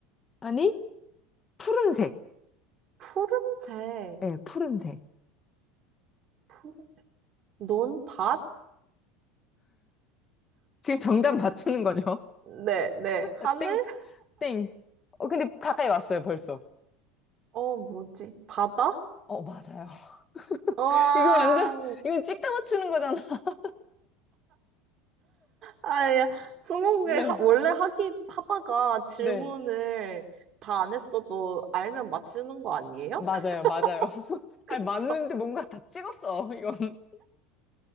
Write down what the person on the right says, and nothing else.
푸른색.
푸른색. 논밭?
네, 네.
하늘?
어, 뭐지? 바다?
우와.
아야 스무고개
하- 원래 하기 하다가 질문을
다 안 했어도 알면 맞추는 거 아니에요?
<laughs>
그쵸?